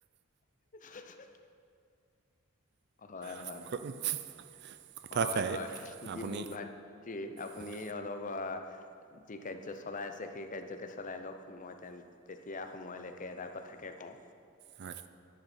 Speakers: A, on the left; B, on the right.
A: <unintelligible> হয়
B: <unintelligible>
A: হয় হয়
B: চাই
A: হয় যি
B: আপুনি
A: মোৰ ভাতৃৰ আপুনি
B: হয়
A: অলপ অ যি কাৰ্য চলাই আছে সেই কাৰ্যকে চলাই লওক মই তেন তেতিয়া সময়লৈকে এটা কথাকে কওঁ।
B: হয়।